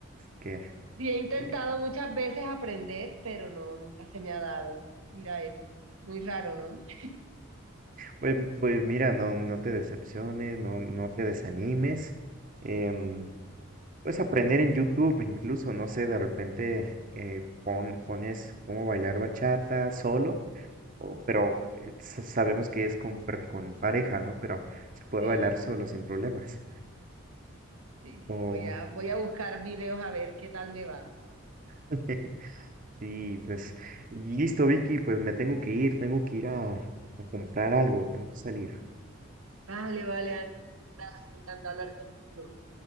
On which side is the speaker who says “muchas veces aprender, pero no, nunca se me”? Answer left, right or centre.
Right